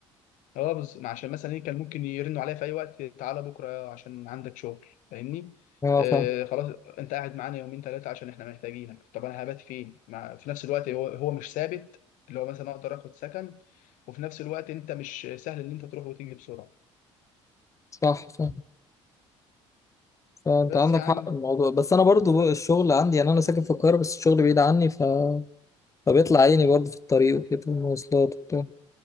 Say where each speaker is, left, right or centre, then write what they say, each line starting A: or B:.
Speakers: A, on the left; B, on the left.
A: اه بس عشان مثلا ايه كان ممكن يرنوا عليا في اي وقت تعالى بكره عشان عندك شغل فاهمني
B: اه
A: آه
B: فاهم
A: خلاص انت قاعد معانا يومين ثلاثه عشان احنا محتاجينك طب انا هبات فين مع في نفس الوقت هو هو مش ثابت اللي هو مثلا اقدر اخد سكن وفي نفس الوقت انت مش سهل ان انت تروح وتيجي بسرعه
B: صح صح فانت
A: بس
B: عندك
A: يا عم
B: حق في الموضوع بس انا برضو الشغل عندي يعني انا ساكن في القاهره بس الشغل بعيد عني ف... فبيطلع
A: م-
B: عيني برضو في الطريق وكده والمواصلات وبتاع